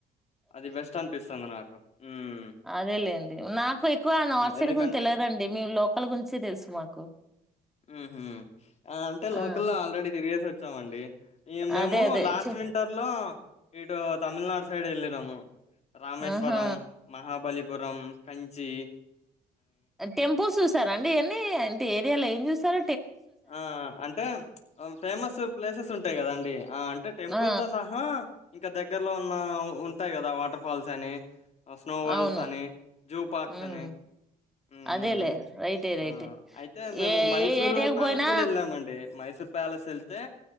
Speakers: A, on the left; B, in the centre.
A: అది వెస్ట్ అనిపిస్తుంది నాకు ఉహు
B: అదే లేండి నాకు ఎక్కువ నాట్సైడ్
A: ఎందుకంటే
B: గురించి తెలియదండి మ లోకల్ గురించే తెలుసు మాకు
A: ఉహు అంటే
B: ఆ
A: లోకల్లో ఆల్రెడీ తిరిగేసి వచ్చామండి ఈ మేము
B: అదే అదే
A: లాస్ట్
B: చె
A: వింటర్ లో ఇ తమిళనాడు సైడ్ ఎలినము రామేశ్వరం
B: ఆహా
A: మహా పురం కాంచి
B: టెంపుల్స్ రా అండి ఇవన్నీ ఇంటి ఏరియాలో ఏం చూస్తార
A: ఆ అంటే ఫేమస్ ప్లేసెస్ ఉంటాయి కదండి ఆ అంటే టెంపుల్
B: ఆ
A: తో సహా ఇంకా దగ దగ్గరలో ఉన్న ఉంటాయి కదా వాటర్ ఫాల్స్ అని స్నోఫాల్స్
B: అవును
A: అని జూ పార్క్స్
B: ఉమ్
A: అని హ్మ్
B: అదేలే రైటే రైటే
A: ఆ అయితే మేము
B: ఏ
A: మైసూరు
B: ఏ ఏరియాకు
A: పాలస్
B: పోయినా
A: గ కూడాడ ఎలామండి మైసూర్ ప్యాలెస్ వెళ్తే